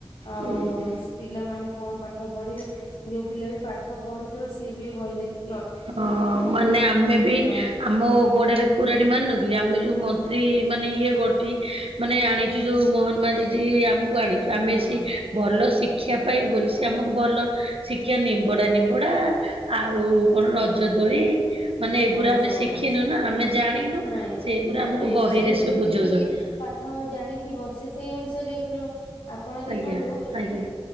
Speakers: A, on the left; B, on the right.
A: ଆଉ
B: ହଁ
A: ସ୍ ପିଲାମାନେ କଁ ପାଠ ପଢିବେ। ଯୋଉ ପିଲା ବି ପାଠ ପଢୁଥୁବ ସିଏ ବି ଏ ବହି ଦେଖି
B: ହଁ ମାନେ ଆମେ ବି
A: ହଁ।
B: ଆମ ଗୋଡେରେ କୁରାଢି ମାରିନୁ କି ଆମେ ଯୋଉ ମନ୍ତ୍ରୀ ମାନେ ଇଏ ଗଠି ମାନେ ଆଣିଛୁ ଯୋଉ ମୋହନ ମାଝି ଝି ଆମୁକୁ ଆଣିଛୁ
A: ହୁଁ
B: ଆମେ ସିଏ ଭଲ ଶିକ୍ଷା ପାଇବୁ ବୋଲି ସିଏ ଆମକୁ ଭଲ ଶିକ୍ଷା ନିମ୍ବୋଡା ନିମ୍ବୋଡା ଆଉ କଣ ରଜ ଦୋଳି ମାନେ ଏଗୁରା
A: ଆଜ୍ଞା।
B: ଆମେ ଶିଖିନୁ ନା ଆମେ ଜାଣିନୁ
A: ନାଇଁ
B: ସେଇଗୁରା
A: ଦେଖନ୍ତୁ
B: ଆମୁକୁ ବହିରେ
A: ଯିଏ ଯେତିକି
B: ସବୁ ବୁଝଉଛନ୍ତି।
A: ପାଠ ଜାଣିଥିବ ସିଏ ସେଇ ଅନୁସାରେ ଇଏ କରିବ ଆପଣ ଦେଖନ୍ତୁ
B: ଆଜ୍ଞା
A: ଅଁ
B: ଆଜ୍ଞା